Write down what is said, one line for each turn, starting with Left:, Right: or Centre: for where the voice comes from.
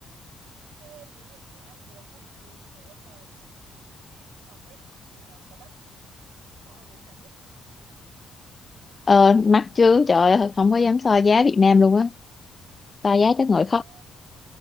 Right: thế ví dụ như ăn uống các thứ khi lúc mà chị đi du học ấy thì nó có đắt so với cả nước mình không chị
Left: Ờ, mắc chứ trời ơi không có dám so giá Việt Nam luôn á so giá chắc
Right: trời
Left: ngồi khóc
Right: ơi